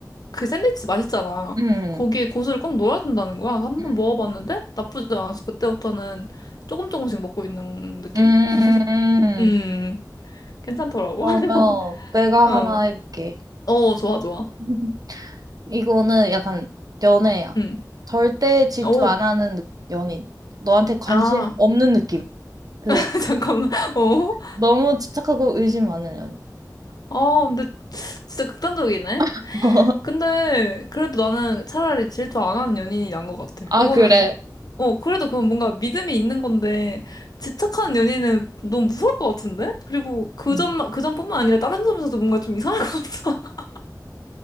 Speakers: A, on the left (about 60°); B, on the right (about 60°).
A: 그 샌드위치 맛있잖아.
B: 음.
A: 거기에 고수를 꼭 넣어야 된다는 거야. 그래서 한번
B: 음.
A: 먹어봤는데 나쁘지 않아서 그때부터는 조금 조금씩 먹고 있는 느낌?
B: 음.
A: 음, 괜찮더라고.
B: 그러면
A: <laughs>
B: 내가
A: 어,
B: 하나 해볼게.
A: 어, 좋아, 좋아.
B: <laughs> 이거는 약간 연애야.
A: 음,
B: 절대 질투
A: 오,
B: 안 하는 느- 연인. 너한테 관심
A: 아,
B: 없는 느낌. 그게
A: <laughs> 잠깐만. 어,
B: 너무 집착하고 의심 많은 연인.
A: 아, 근데 진짜 극단적이네.
B: <laughs>
A: 근데 그래도 나는 차라리 질투 안 하는 연인이 난 것 같아.
B: 아,
A: 그거는
B: 그래.
A: 어 그래도 그건 뭔가 믿음이 있는 건데 집착하는 연인은 너무 무서울 것 같은데? 그리고 그
B: 음.
A: 점만 그 점뿐만 아니라 다른 점에서도 뭔가 좀 이상할 것 같아.